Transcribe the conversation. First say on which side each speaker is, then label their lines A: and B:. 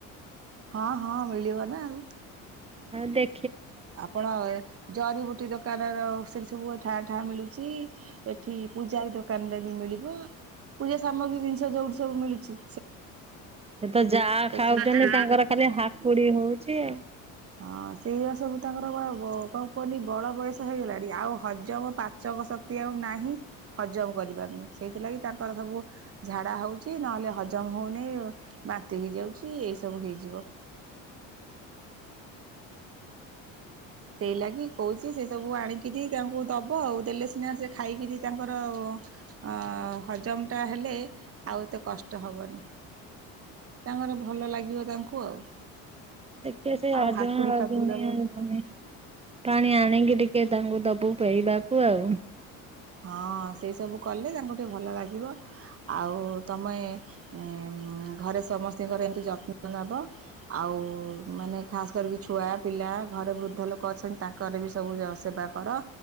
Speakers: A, on the right (about 35°); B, on the right (about 15°).
A: ହଁ ହଁ ମିଳିବ ନା ଆଉ।
B: ହଁ ଦେ
A: ଆପଣ ଜରିବୁଟି ଦୋ କାନର ସେଠି ସବୁ ଠାଁ ଠାଁ ମିଳୁଛି ଏଠି ପୂଜାରୀ ଦୋକାନରେ ବି ମିଳିବ। ପୂଜା ସାମଗ୍ରୀ ଜିନିଷ ଯୋଉଠି ସବୁ ମିଳୁଚି।
B: ସେ ତ ଯାହା ଖାଉଛନ୍ତି
A: ସବୁ
B: ତାଙ୍କର ଖାଲି ହାକୁଡ଼ି ହୋଉଚି ଆଉ।
A: ହଁ ସେଇଆ ସବୁ ତାଙ୍କର ବା ବ କଣ କୁହନି ବଳ ବୟସ ହେଇଗଲାଣି ଆଉ ହଜମ ପାଚ ଶକ୍ତି ଆଉ ନାହିଁ ହଜମ କରିପାରୁନି ସେଇଥିଲାଗି ତାଙ୍କର ସବୁ ଝାଡ଼ା ହୋଉଚି ନହଲେ ହ ଜମ ହୋଉନି ବାନ୍ତି ହେଇଯାଉଛି ଏଇ ସବୁ ହେଇଯିବ। ସେଇ ଲାଗି କହୁଛି ସେ ସବୁ ଆଣିକିରି ତାଙ୍କୁ ଦବ ଆଉ ଦେଲେ ସିନା ସେ ଖାଇକିରି ତାଙ୍କର ଅ ହଜମଟା ହେଲେ ଆଉ ଏତେ କଷ୍ଟ ହବନି। ତାଙ୍କର ଭଲ ଲାଗିବ ତାଙ୍କୁ ଆଉ।
B: ଦେଖିଆ ସେ
A: ଆଉ
B: ଅଜଣା
A: ହାକୁଡ଼ି ଫାକୁଡ଼ି
B: ଯୁଣିଆ
A: ଦବନି
B: ଜମି। ପାଣି ଆଣିକି ଟିକେ ତାଙ୍କୁ ଦବୁ ପେଇବାକୁ ଆଉ।
A: ହଁ ସେଇ ସବୁ କଲେ ତାଙ୍କୁ ଟିକେ ଭଲ ଲା ଗିବ ଆଉ ତମେ ଏଁ ଘରେ ସମସ୍ତଙ୍କର ଏମିତି ଯତ୍ନ ନବ। ଆଉ ମାନେ ଖାସ୍ କରିକି ଛୁଆ ପିଲା ଘରେ ବୃଦ୍ଧ ଲୋକ ଅଛନ୍ତି ତାଙ୍କର ବି ସବୁ ଜ ସେବା କର